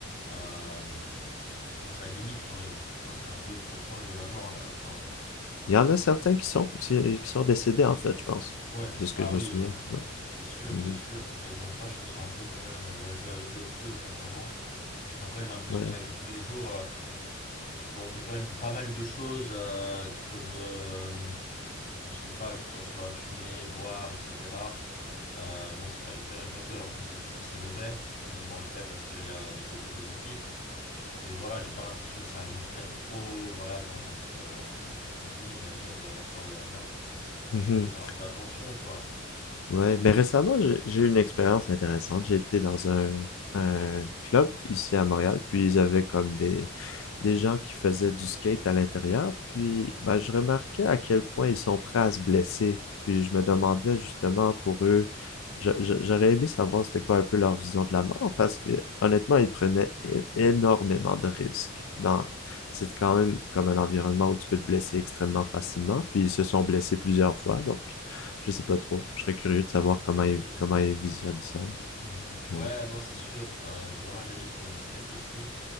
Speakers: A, on the left (about 40°); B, on the left (about 80°).
A: Euh, je trouve ça limite quand même. Enfin, c'est un peu trop proche de la mort, là. Enfin,
B: Il y en a certains qui sont qui, qui sont décédés en fait, je pense.
A: Ouais,
B: De ce
A: bah
B: que je me
A: oui,
B: souviens.
A: bah,
B: Ouais.
A: c'est sûr,
B: Mhm.
A: c'est sûr. Mais non, ça, je trouve ça un peu quand même, euh, ouais, jouer avec le feu, sincèrement. Après, j'ai l'impression
B: Ouais.
A: que dans la vie de tous les jours, euh, bon, on fait quand même pas mal de choses euh, qui peuvent, euh, je sais pas, que ça soit fumer, boire, etc. Euh, bon, c'est quand même très répandu alors qu'on sait tous que c'est mauvais. Bon, ben on le fait parce qu'il y a des côtés positifs. Mais voilà, j'ai pas l'impression que ça nous freine trop, voilà, dans notre, euh, notre vie, on va dire, d'avoir peur de la mort.
B: Mhm.
A: Plus de faire un peu attention, quoi.
B: Ouais, mais récemment, j'ai j'ai eu une expérience intéressante. J'étais dans un, un club ici à Montréal, puis ils avaient comme des, des gens qui faisaient du skate à l'intérieur, puis ben, je remarquais à quel point ils sont prêts à se blesser. Puis je me demandais justement pour eux, je- je- j'aurais aimé savoir c'était quoi un peu leur vision de la mort, parce que honnêtement, ils prenaient é- énormément de risques. Dans, c'est quand même comme un environnement où tu peux te blesser extrêmement facilement, puis ils se sont blessés plusieurs fois, donc je sais pas trop. Je serais curieux de savoir comment ils
A: Ok.
B: comment ils visionnent ça.
A: Mhm. Ouais,
B: Mais, ouais.
A: non, c'est sûr. Euh, j'ai pas mal d'amis qui font du skate aussi.